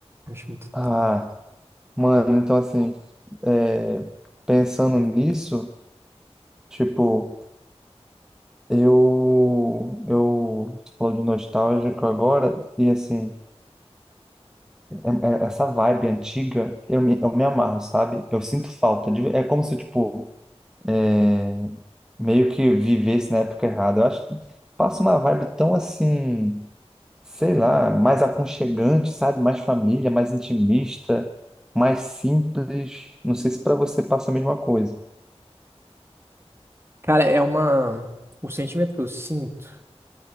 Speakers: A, on the right; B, in the centre.
A: Eu Acho muito
B: Ah.
A: top.
B: Mano, então assim, é, pensando nisso, tipo, eu, eu tô falando de nostálgico agora, e assim, é- é- essa vibe antiga, eu me, eu me amarro, sabe? Eu sinto falta, de- é como se, tipo, é, meio que vivesse na época errada. Eu acho que passa uma vibe tão assim, sei lá, mais aconchegante, sabe? Mais família, mais intimista, mais simples. Não sei se pra você passa a mesma coisa.
A: Cara, é uma. O sentimento que eu sinto,